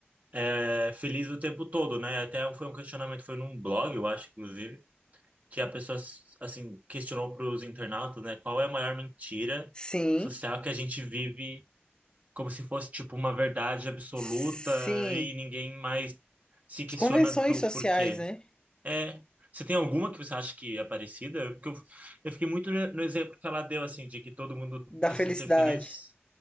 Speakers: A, on the right; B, on the left.
A: é, felizes o tempo todo, né? Até foi um questionamento, foi num blog, eu acho, inclusive, que a pessoa, assim, questionou para os internautas, né, qual é a maior mentira
B: sim,
A: social que a gente vive como se fosse tipo uma verdade absoluta
B: sim.
A: e ninguém mais se questiona
B: As convenções
A: do
B: sociais,
A: porquê.
B: né?
A: É, você tem alguma que você acha que é parecida? Porque eu, eu fiquei muito no no exemplo que ela deu assim de que todo mundo
B: Da
A: precisa
B: felicidade.
A: ser feliz.